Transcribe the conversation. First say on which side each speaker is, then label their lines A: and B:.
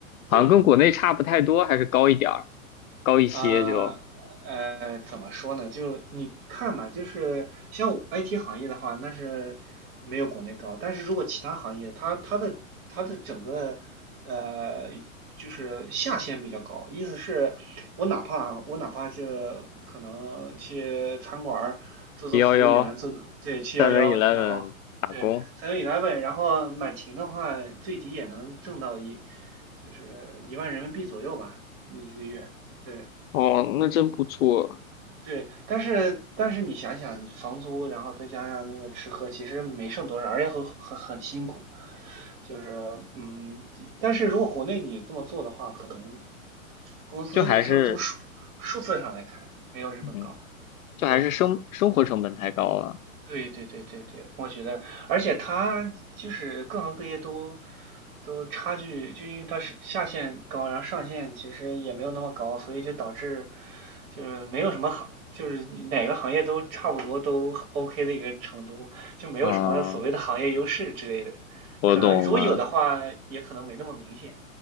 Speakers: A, on the right; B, on the left.
A: 对，
B: 好像跟国内差不太多，还是高一点儿，高一些就。
A: 啊，呃，怎么说呢？就你看吧，就是像我 IT 行业的话，那是没有国内高。但是如果其他行业，它它的它的整个呃，就是下限比较高，意思是，我哪怕我哪怕就可能去餐馆儿做做服务员，
B: 一幺幺
A: 做做对七幺幺，
B: Seven Eleven
A: 然后对
B: 打工，
A: seven eleven，然后满勤的话，最低也能挣到一就是一万人民币左右吧，一个月。对，
B: 哦，那真不错。
A: 对，但是但是你想想，你房租，然后再加上那个吃喝，其实没剩多少，而且很很很辛苦。就是嗯，但是如果国内你这么做的话，可能工资上从数数字上来看，
B: 就还是
A: 没有日本高。
B: 嗯，就还是生生活成本太高了。
A: 对，对对对对对，我觉得，而且它就是各行各业都都差距，就因为它是下限高，然后上限其实也没有那么高，所以就导致就是没有什么行，就是哪个行业都差不多都 OK 的一个程度，就没有什么所谓的行业优势之类的。
B: 啊，我懂了。
A: 可能如果有的话，也可能没那么明显。